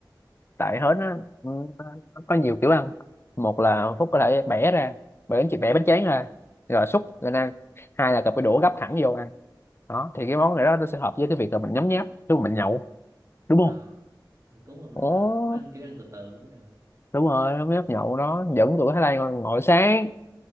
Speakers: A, on the left (about 30°); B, on the right (about 40°).
A: tại hến á ừ, nó có nhiều kiểu ăn một là Phúc có thể bẻ ra bẻ bánh chị bẻ bánh tráng ra rồi xúc lên ăn hai là cầm cái đũa gắp thẳng vô ăn đó thì cái món này đó nó sẽ hợp với cái việc là mình nhấm nháp lúc mình nhậu đúng không
B: à ừ, cũng hợp lý
A: ồ
B: à cũng ăn kiểu ăn từ từ cũng được
A: đúng rồi nhấm nháp nhậu đó dẫn tụi Thái Lan ngồi, ngồi sáng